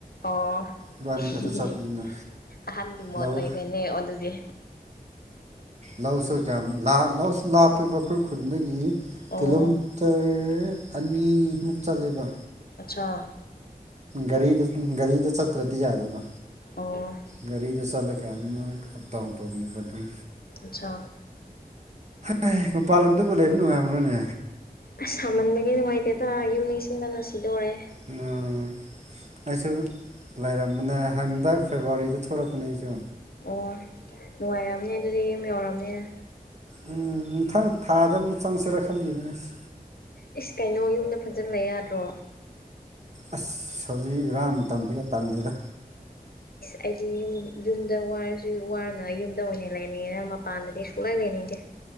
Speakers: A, on the left; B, on the right.
A: ꯑꫭꯑꫭ
B: ꯏꯕꯥꯅꯤ ꯈꯛꯇ ꯆꯠꯄꯅꯤꯅ
A: ꯑꯍꯟꯒꯤ ꯃꯣꯠ
B: ꯂꯧ
A: ꯑꯣꯏꯈ꯭ꯔꯦꯅꯦ ꯑꯗꯨꯗꯤ
B: ꯂꯧꯁꯨ ꯀꯌꯥꯝ ꯂꯧꯁꯨ ꯂꯥꯞꯄꯦꯕ ꯑꯈꯣꯏ ꯈꯨꯟꯗꯒꯤ
A: ꯑꯣ
B: ꯀꯤꯂꯣ ꯛꯇꯔ ꯑꯅꯤꯃꯨꯛ ꯆꯜꯂꯦꯕ
A: ꯑꯆꯥ
B: ꯒꯥꯔꯤꯗ ꯒꯥꯔꯤꯗ ꯆꯠꯇ꯭ꯔꯗꯤ ꯌꯥꯗꯦ ꯕꯥ꯫
A: ꯑꯣ
B: ꯒꯥꯔꯤꯗ ꯆꯠꯂꯒ ꯑꯗꯨꯃꯛ ꯑꯞ ꯗꯥꯎꯟ ꯇꯧꯕꯅꯦꯕ ꯑꯗꯨꯝ
A: ꯑꯆꯥꯥ
B: ꯍꯥꯏ ꯃꯄꯥꯜ ꯂꯝꯗꯕꯨ ꯂꯩꯕ ꯅꯨꯡꯉꯥꯏꯕ꯭ꯔꯣꯅꯦ
A: ꯑꯁ ꯁꯥꯃꯟꯕꯒꯤ ꯅꯨꯡꯉꯥꯏꯇꯦꯗ ꯌꯨꯝ ꯅꯤꯡꯁꯤꯡꯗꯅ ꯁꯤꯗꯣꯔꯦ
B: ꯎꯝ ꯑꯩꯁꯨ ꯂꯩꯔꯝꯕꯅꯦ ꯍꯟꯗꯛ ꯐꯦꯕꯋꯥꯔꯤꯗꯥ ꯊꯣꯛꯂꯛꯄꯅꯦ ꯑꯩꯁꯨ
A: ꯑꯣꯑ ꯅꯨꯡꯉꯥꯏꯔꯝꯅꯤ ꯑꯗꯨꯗꯤ ꯌꯨꯝ ꯌꯧꯔꯕꯅꯤꯅꯥ
B: ꯎꯝ ꯃꯊꯪ ꯊꯥꯗ ꯑꯃꯨꯛ ꯆꯪꯁꯤꯔꯥ ꯈꯜꯂꯤꯕꯅꯤ ꯑꯩꯁꯤ
A: ꯑꯦꯁ ꯀꯩꯅꯣ ꯌꯨꯝꯗ ꯐꯖꯟꯕ ꯂꯩ ꯌꯥꯗ꯭ꯔꯣ
B: ꯑꯁ ꯍꯧꯖꯤꯛ ꯏꯔꯥꯡ ꯃꯇꯝꯁꯤꯒ ꯇꯜꯂꯤꯗ
A: ꯑꯩꯗꯤ ꯌꯨꯝ ꯌꯨꯝꯗ ꯋꯥꯔꯁꯨ ꯋꯥꯅ ꯌꯨꯝꯗ ꯑꯣꯏꯅ ꯂꯩꯅꯤꯡꯉꯦꯅ ꯃꯄꯥꯟꯗꯗꯤ ꯁꯨꯛꯂꯩ ꯂꯩꯅꯤꯡꯗ‌‌ꯦ